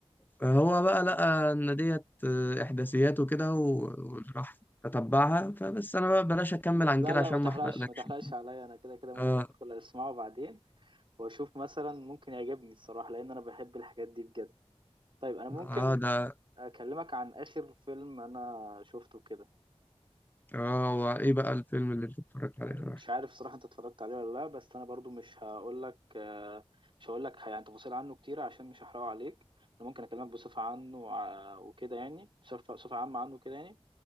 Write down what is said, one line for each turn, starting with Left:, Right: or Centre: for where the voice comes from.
Left: فهو بقى لقى إن ديت آه، إحداثيات وكده و- وراح أتبعها فبس أنا بقى بلاش أكمل عن
Right: لا
Left: كده
Right: لا
Left: عشان
Right: ما تحرقش
Left: ما أحرقلكش
Right: ما تحرقش عليا انا كده كده ممكن
Left: آه
Right: ادخل اسمعه بعدين واشوف مثلا ممكن يعجبني الصراحة لان انا بحب الحاجات دي بجد طيب انا ممكن
Left: آه ده
Right: اكلمك عن اخر فيلم انا شفته كده
Left: آه هو إيه بقى الفيلم اللي أنت اتفرجت عليه صراحة؟
Right: مش عارف صراحة انت اتفرجت عليه ولا لا بس انا برضو مش هقول لك مش هقول لك يعني تفاصيل عنه كتير عشان مش هحرقه عليك انا ممكن اكلمك بصفة عنه وع- وكده يعني بصفة بصفة عامة عنه كده يعني